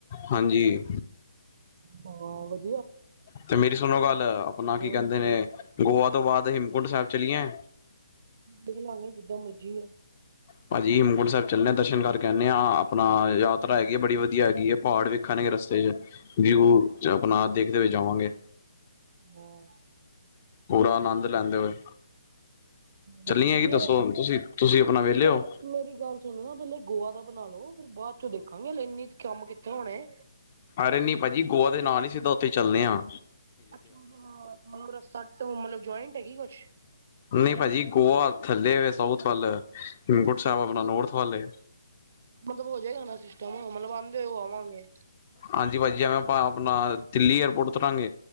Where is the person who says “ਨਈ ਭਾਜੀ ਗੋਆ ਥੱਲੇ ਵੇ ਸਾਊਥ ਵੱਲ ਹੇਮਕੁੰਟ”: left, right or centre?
Left